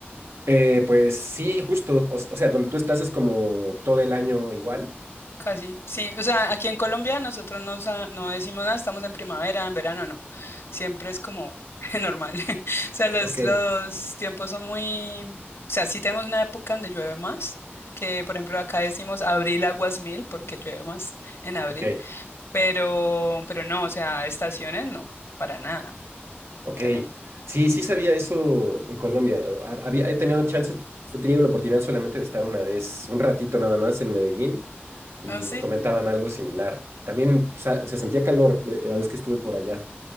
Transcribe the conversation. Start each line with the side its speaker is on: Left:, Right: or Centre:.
Right: Eh, pues sí, justo, o, s- o sea, donde tú estás es como todo el año igual.
Left: Casi, sí. O sea, aquí en Colombia nosotros no, sa- no decimos nada, estamos en primavera, en verano, no. Siempre es como <laughs> normal. <laughs> O sea, los,
Right: Ok,
Left: los tiempos son muy... O sea, sí tenemos una época donde llueve más, que por ejemplo acá decimos abril aguas mil, porque llueve más en abril,
Right: ok.
Left: pero, pero no, o sea, estaciones no, para nada,
Right: Ok,
Left: no tenemos.
Right: sí, sí sabía eso de Colombia. ¿no? Ha- Había, he tenido chance, he tenido la oportunidad solamente de estar una vez, un ratito nada más en Medellín y
Left: ¿Ah, sí?
Right: me comentaban algo similar. También sa- se sentía calor eh, la vez que estuve por allá.